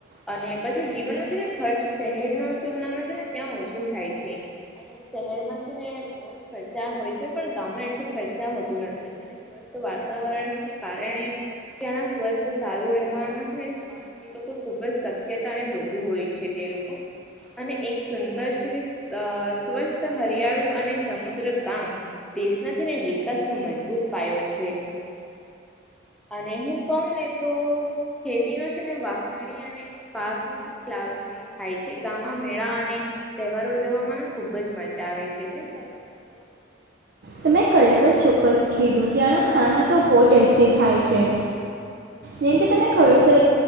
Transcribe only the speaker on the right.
ત મેં ખરેખર ચોક્કસ કીધું ત્યાંના ખાના તો બહુ ટેસ્ટી થાય છે. જેમ કે તને ખબર છે